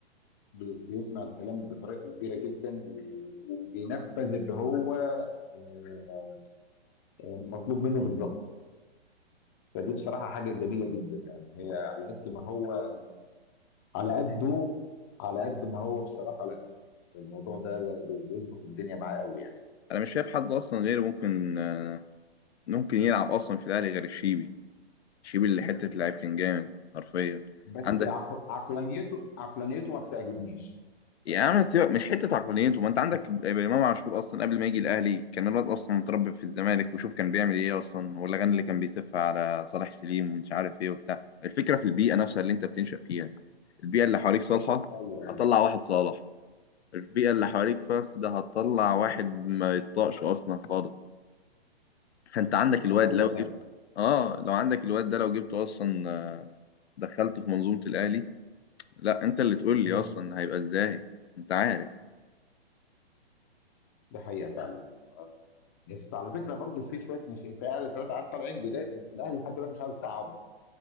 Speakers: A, on the left; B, on the left.
A: بي- بيسمع الكلام بطريقه كبيره جدا و- وبينفذ اللي هو آه، مطلوب منه بالظبط فدي بصراحه حاجه جميله جدا يعني هي على قد ما هو على قده على قد ما هو بصراحه لا الموضوع ده بي- بيظبط الدنيا معاه قوي يعني
B: انا مش شايف حد اصلا غيره ممكن آه، ممكن يلعب اصلا في الاهلي غير الشيبي شيب اللي حته لعيب كان جامد حرفيا
A: بس
B: عندك
A: عق- عقلانيته عقلانيته ما بتعجبنيش
B: يا عم سيبك مش حته عقلانيته ما انت عندك امام عاشور اصلا قبل ما يجي الاهلي كان الواد اصلا متربي في الزمالك وشوف كان بيعمل ايه اصلا والاغاني اللي كان بيسف على صلاح سليم ومش عارف ايه وبتاع الفكره في البيئه نفسها اللي انت بتنشأ فيها البيئه اللي حواليك صالحه
A: ايوه ايوه
B: هتطلع واحد صالح البيئه اللي حواليك فاست ده هتطلع واحد ما يطاقش اصلا خالص فانت عندك الواد
A: دي حقيقه
B: لو
A: فعلا
B: جبت اه لو عندك الواد ده لو جبته اصلا آه، دخلته في منظومه الاهلي لا انت اللي تقول لي
A: مم.
B: اصلا هيبقى ازاي انت عارف
A: ده حقيقة فعلا بس على فكرة برضو في شوية ناشئين في أهلي شوية عيال طالعين جداد بس الأهلي لحد دلوقتي مش عايز يصعدهم